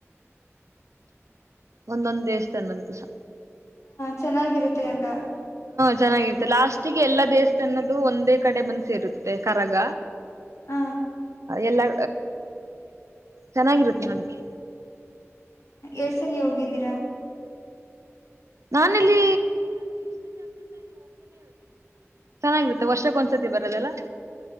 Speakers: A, on the right; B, on the left.
A: ಒಂದೊಂದ್ ದೇವಸ್ಥಾನದ್ದುಸ
B: ಚೆನ್ನಾಗಿರುತ್ತೆ <inaudible>
A: ಚೆನ್ನಾಗಿರುತ್ತೆ ಲಾಸ್ಟಿಗೆ ಎಲ್ಲ ದೇವಸ್ಥಾನದ ಒಂದೇ ಕಡೆ ಬಂದೆ ಸೇರುತ್ತೆ ಕಡಗ
B: ಹ
A: ಎಲ್ಲಾ ಚೆನ್ನಾಗಿರುತ್ತೆ ನೋಡಕ್ಕೆ
B: ಎಷ್ಟು ಸಲ ಹೋಗಿದ್ದೀರಾ
A: ನಾನಲ್ಲಿ ಚೆನ್ನಾಗಿರುತ್ತದೆ ವರ್ಷಗೊಂದು ಸಾರಥಿ ಬರದಲ್ಲ